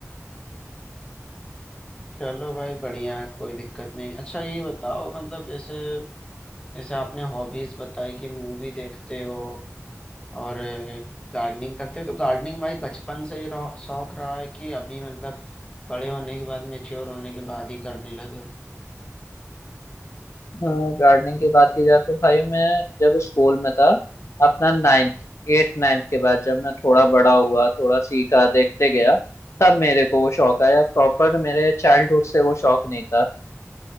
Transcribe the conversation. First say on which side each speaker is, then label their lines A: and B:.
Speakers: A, on the left; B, on the left.
A: चलो भाई बढ़िया है कोई दिक्कत नहीं अच्छा ये बताओ मतलब जैसे जैसे आपने हॉबीज बताई कि मूवी देखते हो और गार्डनिंग करते हो तो गार्डनिंग भाई बचपन से ही रौ- शौक रहा है कि अभी मतलब बड़े होने के बाद मेच्योर होने के बाद ही करने लगे हो
B: गार्डनिंग की बात की जाए तो भाई मैं जब स्कूल में था अपना नाइन्थ एट नाइन्थ के बाद जब मैं थोड़ा बड़ा हुआ थोड़ा सीखा देखते गया तब मेरे को वो शौक आया प्रॉपर मेरे चाइल्डहुड से वो शौक नहीं था